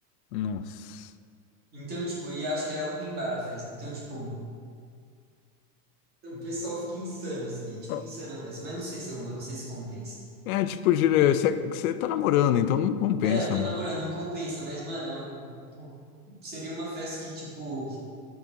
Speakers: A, on the left (about 65°); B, on the right (about 20°).
A: nossa.
B: Então, tipo, e acho que é open bar a festa. Então, tipo, o pessoal fica insano, assim. É, tipo,
A: Ó,
B: insana a festa. Mas não sei se eu vou, não sei se compensa.
A: É tipo, gira-
B: É,
A: você você tá namorando, então não compensa,
B: É, eu tô
A: mano.
B: namorando, não compensa, mas, mano, é um- pô, seria uma festa que, tipo,